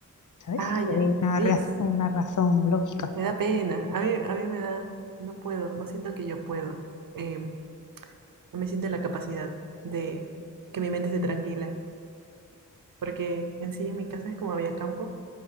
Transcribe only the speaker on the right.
Ah, ya.
Y
es,
me da pena. A mí, a mí me da, no puedo, no siento que yo puedo. Eh, no me siento en la capacidad de que mi mente esté tranquila, porque en sí en mi casa es como había campo.